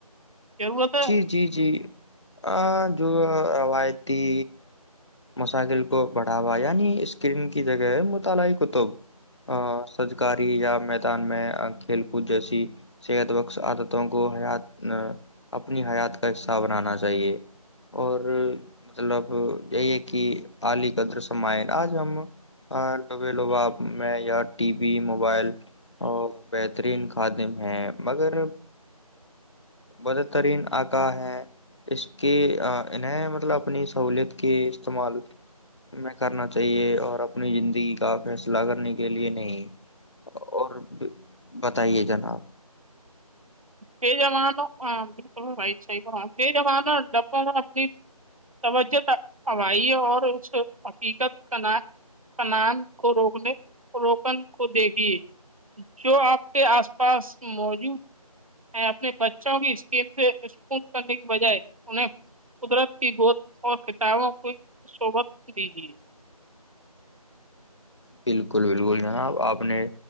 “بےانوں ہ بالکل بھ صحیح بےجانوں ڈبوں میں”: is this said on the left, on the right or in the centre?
Right